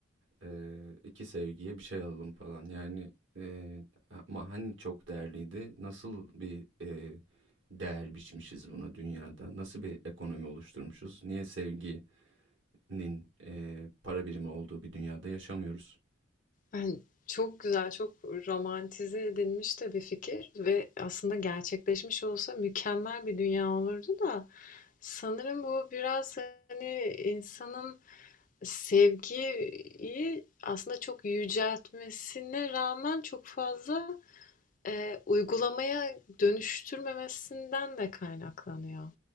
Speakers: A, on the right (about 65°); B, on the left (about 40°).
A: eee, iki sevgiye bir şey alalım falan yani eee, ama hani çok değerliydi nasıl bir eee, değer biçmişiz buna dünyada nasıl bir ekonomi oluşturmuşuz niye sevginin eee, para birimi olduğu bir dünyada yaşamıyoruz?
B: Yani çok güzel, çok romantize edilmiş de bir fikir ve aslında gerçekleşmiş olsa mükemmel bir dünya olurdu da sanırım bu biraz hani insanın sevgiyi aslında çok yüceltmesine rağmen çok fazla e, uygulamaya dönüştürmemesinden de kaynaklanıyor.